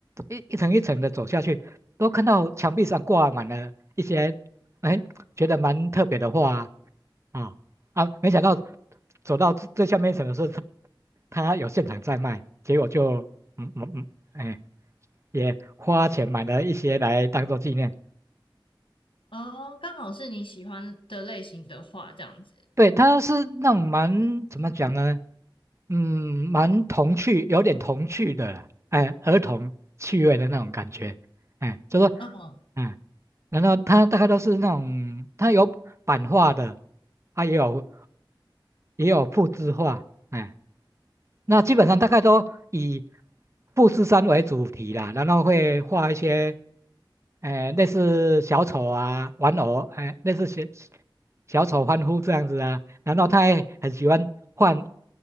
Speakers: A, on the right (about 35°); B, on the left (about 85°).
A: 一一层一层的走下去，都看到墙壁上挂满了一些，哎，觉得蛮特别的画啊啊！没想到走到最最下面一层的时候，他它有现场在卖，结果就嗯嗯嗯，哎，也花钱买了一些来当做纪念。
B: 哦，刚好是你喜欢的类型的话，这样子。
A: 对，它是那种蛮怎么讲呢？嗯，蛮童趣，有点童趣的啦，哎，儿童趣味的那种感觉，哎，就说，
B: 嗯，
A: 哎，然后它大概都是那种，它有版画的，啊，也有也有复制画，哎。那基本上大概都以富士山为主题啦，然后会画一些，呃，类似小丑啊、玩偶，哎、类似小小丑欢呼这样子啊。然后他也很喜欢换，